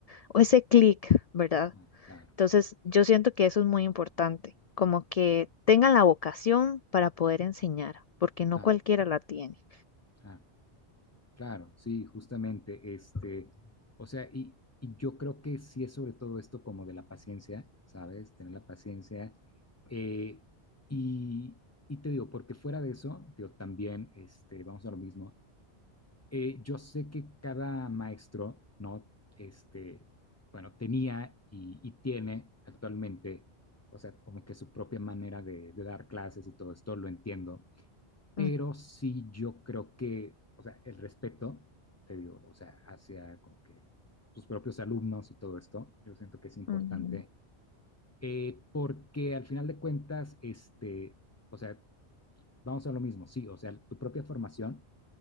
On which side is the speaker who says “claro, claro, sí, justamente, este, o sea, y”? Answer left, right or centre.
Left